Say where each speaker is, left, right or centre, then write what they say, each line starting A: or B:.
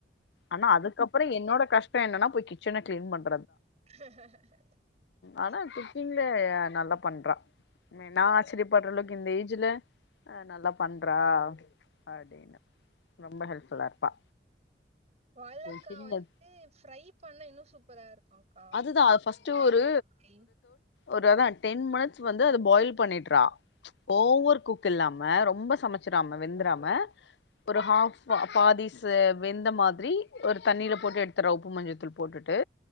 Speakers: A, on the left; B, on the right.
A: ஆனா அதுக்கப்புறோ என்னோட கஷ் டோ என்னனா போய் கிச்சன க்ளீன் பண்ணு
B: <unintelligible> <inaudible>
A: ஆனா குக்கிங்ல நல்லா பண்றா நா ஆச்சரியப்படுற அளவுக்கு இந்த ஏஜ்ல அ நல்லா பண்றா அப்டினு ரொம்ப ஹெல்ப்ஃபுல்லா இருப்பா
B: வாழக்கா
A: எ சின்ன
B: வந்து ஃப்ரை பண்ண இன்னு சூப்பரா இருக்குங்க்கா
A: அதுதா ஃபஸ்ட்டு
B: பண்ணனா
A: ஒரு
B: ஃப்ரை
A: ஒரு அதா டென் மினிட்ஸ் வந் ந்து அத பாயில் பண்ணிட்ற ஓவர் குக் இல்லாம ரொம்ப சமச்சிராமா வெந்துறாம ஒரு ஹஃப்பா பாதி வெந்த மாத்ரி ஒரு தண்ணீல போட்டு எட்துரோ உப்பு மஞ்சதூள் போட்டுட்டு